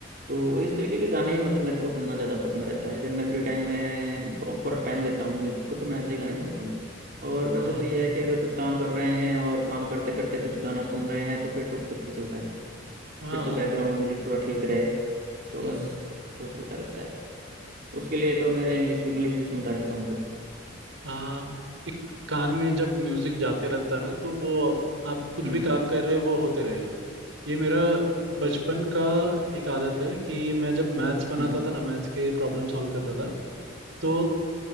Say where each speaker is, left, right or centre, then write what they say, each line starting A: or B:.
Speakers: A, on the right; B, on the right.
A: तो इस तरीके के गाने ही मतलब मेरे को सुनना ज़्यादा पसंद रहता है जब मैं फ्री टाइम में प्रॉपर टाइम देता हूँ म्यूजिक को तो मैं ऐसे ही गाने सुनता हूँ और वैसे
B: हाँ
A: तो यह है कि अगर कुछ काम कर रहे हैं और काम करते करते कुछ गाना सुन रहे हैं तो फिर तो कुछ भी चलता है
B: हाँ
A: फिर तो बैकग्राउंड म्यूजिक थोड़ा ठीक रहे तो
B: हम्म
A: बस वो चलता रहता है उसके लिए तो मेरा इंग्लिश भी इंग्लिश भी सुनता रहता हूँ फिर
B: हाँ एक कान में जब म्यूजिक जाते रहता है ना तो वो आप कुछ
A: हम्म
B: भी काम कर रहे हो वो होते रहेगा ये मेरा बचपन का एक आदत है कि मैं जब मैथ्स बनाता
A: हम्म
B: था ना मैथ्स के प्रॉब्लम सॉल्व करता था तो